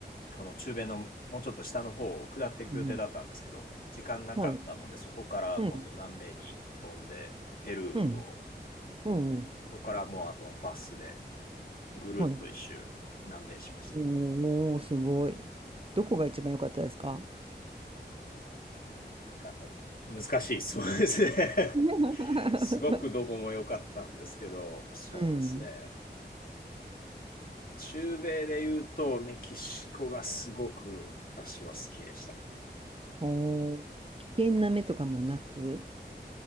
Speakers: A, on the left; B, on the right.
A: この中米のもうちょっと下の方を下っていく予定だったんですけど、
B: うん、うん。
A: 時間なかったので、
B: はい。
A: そこから今度南米に飛んで、
B: うん。
A: ペルーと、
B: うん。うん。うん
A: ここからもうあとはバスでぐるっと一周南米しました。
B: はい。おー、すごい。どこが一番良かったですか
A: なんか難しい質問ですね。
B: <laughs>
A: <laughs> すごくどこも良かったんですけど、そうですね。
B: うん。
A: 中米で言うとメキシコがすごく私は好きでした。
B: おー、危険な目とかもなく、